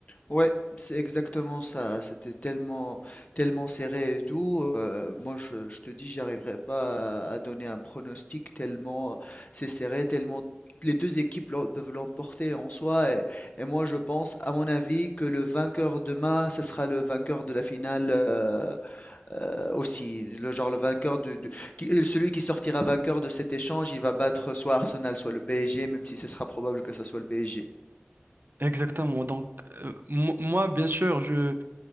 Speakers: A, on the left; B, on the right.
A: Ouais, c'est exactement ça. C'était tellement, tellement serré et tout. euh, moi, je, je te dis, j'arriverai pas à, à donner un pronostic tellement c'est serré, tellement les deux équipes l'em- peuvent l'emporter en soi. Et, et moi, je pense, à mon avis, que le vainqueur demain, ce sera le vainqueur de la finale euh, euh, aussi. Le genre le vainqueur du, du- qui- celui qui sortira vainqueur de cet échange, il va battre soit Arsenal, soit le PSG, même si ce sera probable que ce soit le PSG.
B: Exactement. Donc, euh, mo- moi, bien sûr, je,